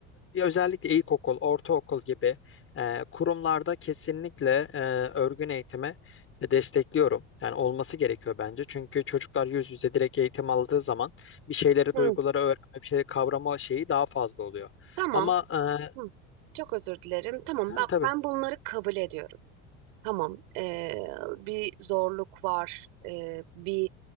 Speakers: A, on the left; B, on the right.
A: e, özellikle ilkokul, ortaokul gibi e, kurumlarda kesinlikle e, örgün eğitimi destekliyorum. Yani olması gerekiyor bence. Çünkü çocuklar yüz yüze direkt eğitim aldığı zaman bir şeyleri,
B: Hı,
A: duyguları öğrenme, bir şeyleri kavrama şeyi daha fazla oluyor.
B: tamam.
A: Ama e,
B: Hı, çok özür dilerim. Tamam
A: hı,
B: bak
A: tabii
B: ben bunları kabul ediyorum. Tamam. ee, bir zorluk var. ee, bir